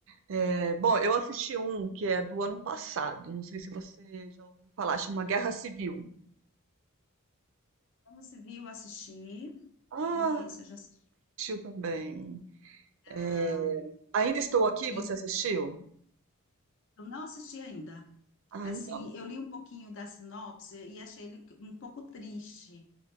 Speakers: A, on the right; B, on the left.
A: É, bom, eu assisti um que é do ano passado. Não sei se você já ouviu falar. Chama Guerra Civil.
B: Como se viu, assisti.
A: Ah,
B: Ok, esse eu já assisti.
A: assistiu também. É,
B: Ah,
A: Ainda Estou Aqui,
B: e-
A: você assistiu?
B: eu não assisti ainda.
A: Ah,
B: Assim,
A: então.
B: eu li um pouquinho da sinopse e achei ele um pouco triste,